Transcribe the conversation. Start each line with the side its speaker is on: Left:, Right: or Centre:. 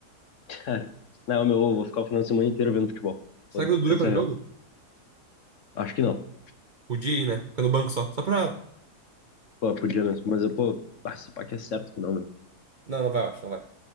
Left: Cara. Não, meu, eu vou ficar o final de semana inteiro vendo futebol. Foda-se.
Right: Será que o Dudu
Left: Essa
Right: vai pra
Left: é a
Right: jogo?
Left: real. Acho que não.
Right: Podia ir, né? Fica no banco só. Só pra.
Left: Pô, podia mesmo. Mas eu, pô, ah, esse pai que é certo que não, meu.
Right: Não, não vai, eu acho, não vai.